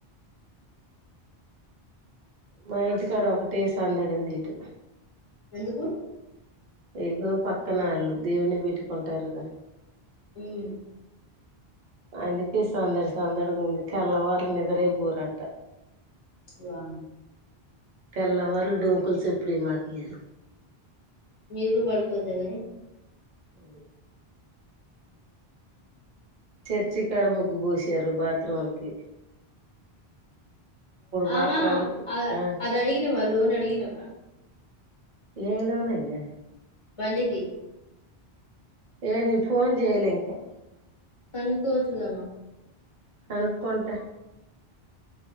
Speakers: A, on the right (about 50°); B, on the left (about 30°).
A: మా ఇంటి కాడ ఒకటే సందడుంది ఇటు
B: ఎందుకు
A: ఇగో పక్కన వాళ్ళు దేవుని పెట్టుకుంటారుగా
B: ఉమ్
A: అందుకే సందడి సందడిగా ఉంది తెల్లవార్లు నిద్రే పోరంట
B: వా
A: తెల్లవార్లు డూకులు సప్పుడే మాకు ఇయాల
B: మీరు కూడా పడుకో వద్దనీ
A: ఎ చర్చి కాడ ముగ్గు పోశారు బాత్రూమ్ లకి బాత్రూంలకి
B: ఆ మా అ
A: ఆ
B: అది అడిగి లోన్ అడిగినవా
A: ఏలోనే అయా
B: బండికి
A: ఏ నే ఫోన్ చేయలేం ఇంకా
B: కనుకో వచ్చుదమా
A: కనుక్కుంట